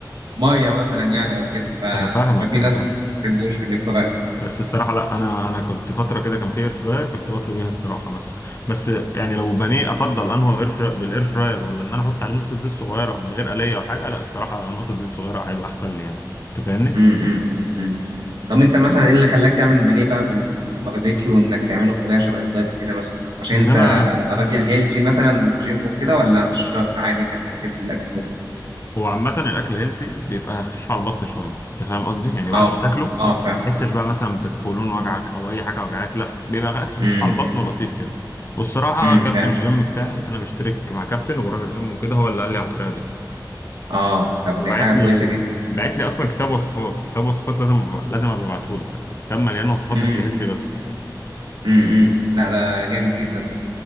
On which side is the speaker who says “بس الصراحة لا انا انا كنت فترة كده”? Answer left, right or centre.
Left